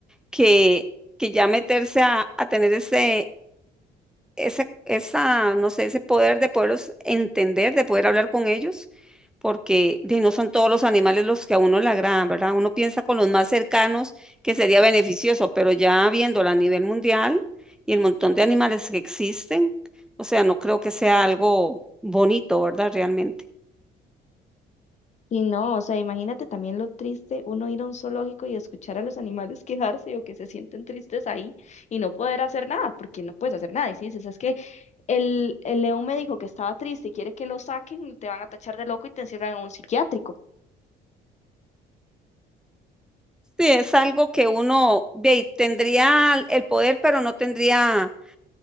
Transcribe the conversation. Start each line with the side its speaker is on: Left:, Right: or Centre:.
Centre: que, que ya meterse a, a tener ese, ese, esa, no sé, ese poder de poderlos entender, de poder hablar con ellos, porque de, no son todos los animales los que a uno le agradan, ¿verdad? Uno piensa con los más cercanos que sería beneficioso, pero ya viéndolo a nivel mundial y el montón de animales que existen, o sea, no creo que sea algo bonito, ¿verdad? Realmente.
Left: Y no, o sea, imagínate también lo triste uno ir a un zoológico y escuchar a los animales <laughs> quejarse o que se sienten tristes ahí y no poder hacer nada, porque no puedes hacer nada. Y si dices, es que el, el león me dijo que estaba triste y quiere que lo saquen, te van a tachar de loco y te encierran en un psiquiátrico.
Centre: Sí, es algo que uno ve, tendría el poder, pero no tendría